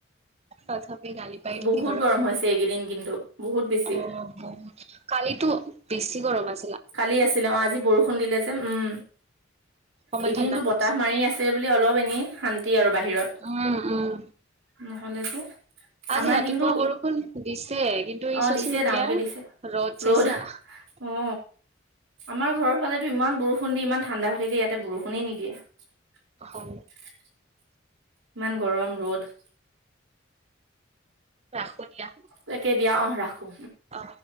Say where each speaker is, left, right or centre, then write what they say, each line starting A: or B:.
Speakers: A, on the right; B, on the right.
A: তথাপি গালি পাই থাকি
B: বহুত
A: ঘৰত
B: গৰম হৈছে এইকেইদিন কিন্তু বহুত বেছি।
A: অ বহত ক কালো বেছি গৰম আছে
B: কালি আছিলে অ আজি বৰষুণ দিলে যে উম
A: অকমান
B: এইকেইদিনো
A: ঠাণ্ডা পৰিছে।
B: বতাহ মাৰি আছিল তে বুলি অলপ এনে শান্তি আৰু বাহিৰত
A: উম, উম,
B: নহলে যে
A: আজি
B: আমাৰ
A: ৰাতিপুৱা
B: কিন্তু
A: বৰষুণ দিছে কিন্তু এছচোন
B: অ দিছে
A: এতিয়া
B: ডাঙৰকে
A: ৰ'জ
B: দিছে ৰ'দ
A: চছা <unintelligible>
B: অ আমাৰ ঘৰৰ ফালেতো ইমান বৰষুণ দি ইমান ঠাণ্ডা হৈ থাকে ইয়াতে বৰষুণ বৰষুণে নিদিয়ে।
A: অ'
B: ইমান গৰম ৰ'দ।
A: ৰাখো দিয়া
B: তাকে দিয়া অ ৰাখো।
A: অ